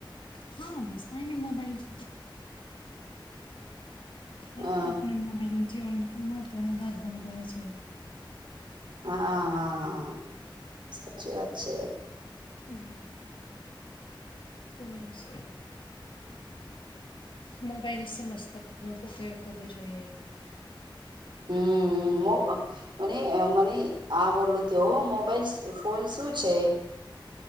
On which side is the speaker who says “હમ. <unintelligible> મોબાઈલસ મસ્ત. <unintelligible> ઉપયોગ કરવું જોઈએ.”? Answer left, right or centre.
Left